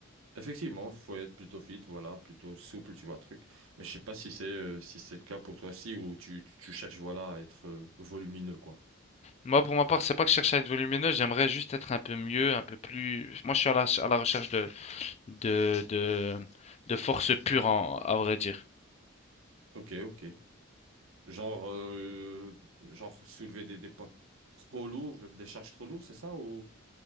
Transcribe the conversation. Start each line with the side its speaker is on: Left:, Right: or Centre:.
Right: Effectivement, faut être plutôt fit, voilà, plutôt souple, tu vois le truc. Mais je sais pas si c'est euh, si c'est le cas pour toi aussi ou tu, tu tu cherches, voilà, à être euh, volumineux, quoi.
Left: Moi, pour ma part, c'est pas que je cherche à être volumineux, j'aimerais juste être un peu mieux, un peu plus. Moi, je suis à la, à la recherche de, de, de, de force pure, en- à vrai dire.
Right: Ok, ok. Genre, euh, genre soulever des, des poids trop lourds, euh, des charges trop lourdes, c'est ça ou...